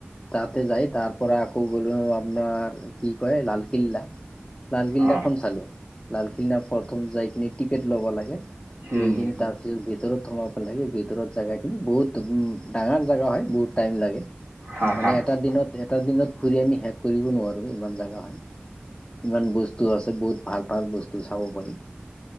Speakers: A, on the left (about 20°); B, on the right (about 85°).
A: তাতে যাই তাৰ পৰা আকৌ গ'লো আপোনাৰ, কি কয় লালকিল্লা। লালকিল্লনাখন
B: অ
A: চালো, লালকিল্লা প্ৰথম যাই কিনে টিকেট ল'ব লাগে।
B: হম
A: লৈ
B: হম
A: কিনে তাৰপিছত ভিতৰত <unintelligible> লাগে ভিতৰত জেগাখিনি বহুত উম ডাঙাৰ জেগা হয় বহুত টাইম লাগে।
B: হা
A: মানে
B: হা
A: এটা দিনত এটা দিনত ফুৰি আমি শেষ কৰিব নোৱাৰো ইমান জোগা হয়। ইমান বস্তু আছে বহুত ভাল ভাল বস্তু চাব পাৰি।